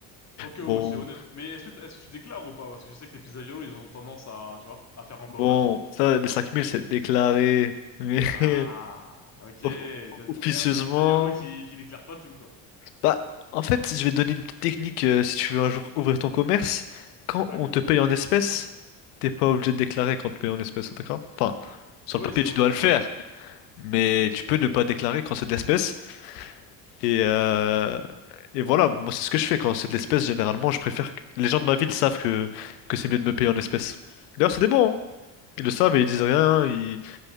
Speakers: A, on the left; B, on the left.
A: Ok, ouais,
B: Bon,
A: c'est honnête. Mais est-ce que, t- est-ce que tu déclares ou pas? Parce que je sais que les pizzaiolos, ils ont tendance à, tu vois, à faire un peu
B: bon,
A: au black.
B: ça, les 5000 c'est déclaré. Mais
A: Ah,
B: <laughs>
A: ok. T'es
B: of- officieusement,
A: t'es un de ces pizzaiolos qui, qui déclare pas tout, quoi.
B: Bah, en fait, je vais te donner une petite technique euh, si tu veux un jour ouvrir ton commerce. Quand
A: Ouais.
B: on te paye en espèces, t'es pas obligé de déclarer quand on te paye en espèces, d'accord? Enfin, sur
A: Oui,
B: le papier,
A: c'est
B: tu
A: au bloc.
B: dois le faire, mais tu peux ne pas déclarer quand c'est de l'espèce. Et, euh, et voilà, moi, c'est ce que je fais quand c'est de l'espèce. Généralement, je préfère que les gens de ma ville savent que, que c'est mieux de me payer en espèces. D'ailleurs, c'est des bons, hein. Ils le savent et ils disent rien, ils,